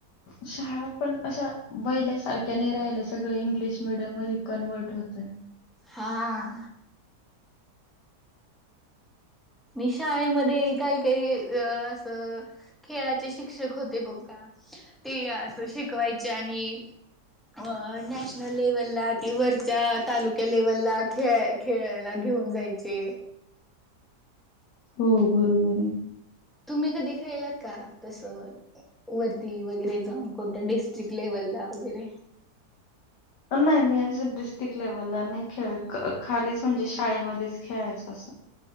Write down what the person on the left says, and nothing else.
शाळा पण अशा पहिल्या सारख्या नाही राहिल्या सगळ इंग्लिश श मिडियम मध्ये कनवर्ट होतय.
हो बरोबर आहे.
नाही मी असं डिस्ट्रिक्ट लेवलला नाही खेळ खालीच म्हणजे शाळेमध्येच खेळायचं असं.